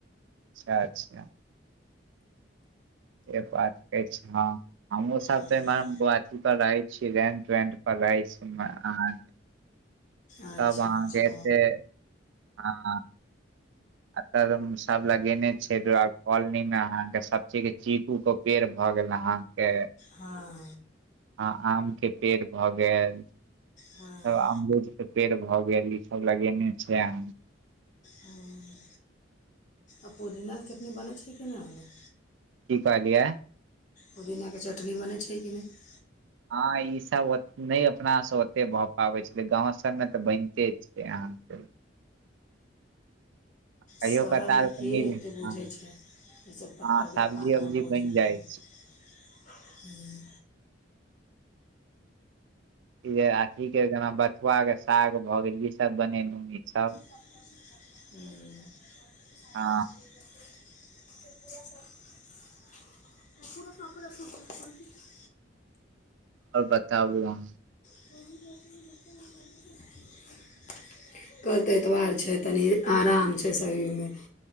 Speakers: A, on the right (about 75°); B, on the left (about 40°).
A: अच्छा अच्छा ए बात अछ हँ हमहु सब
B: हूँ,
A: त एमहर बात रहै छी रेंट वेंट पर रहै छी आहाँ
B: अच्छा
A: तब आहाँ
B: अच्छा
A: के एते हँ अत म अब लगेने छै कॉलोनी मे अहाँ के सब चीज के चीकू के पेड़ भ गेल अहाँ के
B: हँ
A: हँ आम के पेड़ भऽ गेल
B: हँ
A: त अमरूद के पेड़ भए गेल ई सब लगेने छइ अहाँ
B: हँ आ पुदीनाके चटनी बनै छै कि नाय
A: की कहलियै
B: पुदीनाके चटनी बनै छै कि नय
A: हँ ई सब ओत नै अपना स ओते भ पाबै छलै गाँंव सब मे तऽ बनिते छै छै आहाँ कहियो
B: शहरमे
A: कताल
B: के
A: तऽ मिल
B: एते बुझै
A: हँ
B: छइ जै से पटाके
A: हँ सब्जी
B: खाना
A: उब्जी
B: भोजन
A: बनि जाइ
B: पानी हूँ
A: छै ई जे अथी के जेना बथुआ के साग भगेल ई सब बनेलू ई सब
B: हूँ
A: हँ
B: <unintelligible> <unintelligible>
A: आओर बताबू आहाँ।
B: <unintelligible> कलत एतबार छैय तनि आराम छैय शरीरमे।